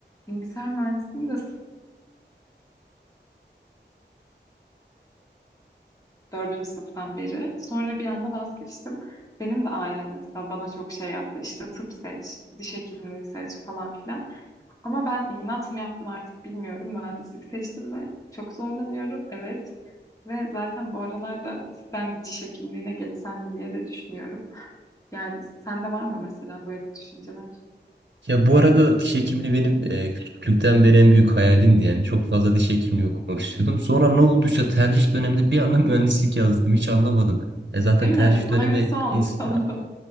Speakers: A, on the left; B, on the right.
A: Bilgisayar mühendisliğini de sı- dördüncü sınıftan beri. Sonra bir anda vazgeçtim. Benim de ailem mesela bana çok şey yaptı. İşte tıp seç, diş hekimliği seç falan filan. Ama ben inat mı yaptım artık bilmiyorum. Mühendislik seçtim ve çok zorlanıyorum. Evet. Ve zaten bu aralarda cidden diş hekimliğine geçsem mi diye de düşünüyorum. Yani sende var mı mesela böyle düşünceler?
B: Ya bu arada diş hekimliği benim e, küçüklükten beri en büyük hayalimdi. Yani çok fazla diş hekimliği okumak istiyordum. Sonra ne olduysa tercih döneminde bir anda mühendislik yazdım. Hiç anlamadım. E zaten
A: Değil
B: tercih
A: mi? Aynısı
B: dönemi
A: olmuş
B: ins-
A: <laughs> sana da.